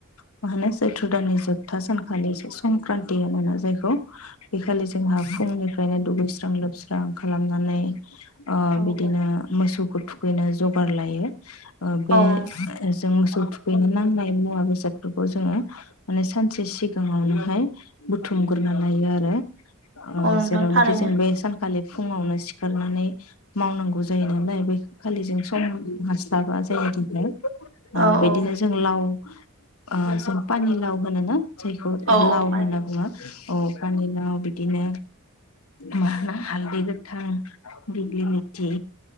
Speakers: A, on the left; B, on the right.
A: मा होनो सैथ्र दाननि जोबथा सानखालि संक्रान्ति होनोना जायखौ बे खालि जोंहा फुंनिफ्रायनो दुगैस्रां लोबस्रां खालामनानै अ
B: औ
A: बिदिनो
B: औ
A: मोसौफोर बेनो जगार लायो ओ बे
B: औ नोंथां
A: जों मोसौ थुखैनो नांनाय मुवा बेसादफोरखौ जोङो माने सानसे सिगाङावनोहाय बुथुमग्रोना लायो आरो ओ
B: औ नोंथां
A: जेरावनोखि
B: थारैनो
A: जों बे सान खालि फुङावनो सिखारनानै मावनांगौ जायो नालाय बे खालिजों सम हास्लाबा जाया जों अ
B: औ
A: बिदिनो
B: औ
A: जों लाव अ जों पानिलाव होनो ना? जायखौ
B: औ
A: लाव
B: औ बानायनांगौ
A: होनना बुङो। अ पानिलाव बिदिनो मा होनो हालदै गोथां दिग्लि लिथि